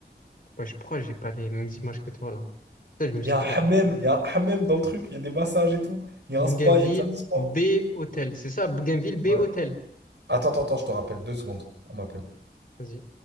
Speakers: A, on the left; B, on the right.
A: Bah, je crois que j'ai pas les mêmes images que toi, là. Ça, je me
B: Il
A: suis
B: y a
A: trompé.
B: un hammam, il y a un hammam dans le truc, il y a des massages et tout. Il y a
A: Bougainville,
B: un spa, il y a une salle de sport.
A: B, hôtel. C'est ça, Bougainville, B,
B: Ouais.
A: hôtel.
B: Attends, attends, attends, je te rappelle, deux secondes, on m'appelle.
A: Vas-y.